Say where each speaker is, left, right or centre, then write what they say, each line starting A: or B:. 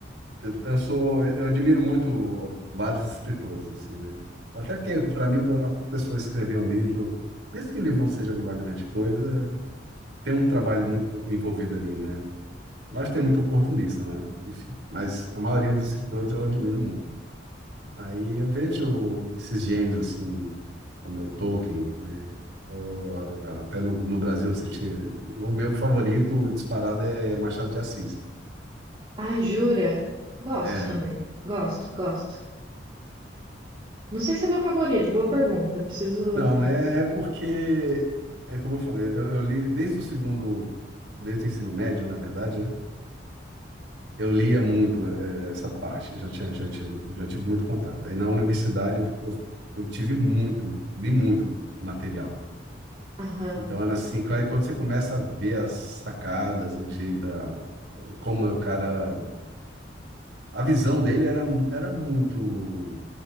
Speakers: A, on the right (about 75°); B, on the right (about 30°).
A: eu, eu sou, eu admiro muito vários escritores, assim, né? Até porque, para mim, a pessoa escrever um livro, mesmo que o livro não seja uma grande coisa, tem um trabalho muito envolvido ali, né? Nós tem
B: É.
A: muito oportunista, né? Enfim, mas a maioria dos escritores eu admiro muito. Aí eu vejo esses gênios, assim, como é o Tolkien, né? Ou, a- até no, no Brasil, você tinha... o meu favorito disparado é Machado de Assis.
B: Ah, jura? Gosto
A: É.
B: também. Gosto, gosto. Não sei se é meu favorito, boa pergunta. Preciso.
A: Não, mas é é porque, é como eu falei, eu, eu li desde o segundo, desde o ensino médio, na verdade, né? Eu lia muito eh, eh, essa parte, eu já tinha, já tinha, já tive muito contato. Aí na universidade eu, eu, eu tive muito, li muito material.
B: Aham.
A: Então era assim, quando quando você começa a ver as sacadas, o jeito, a- como é o cara, a visão dele era, era muito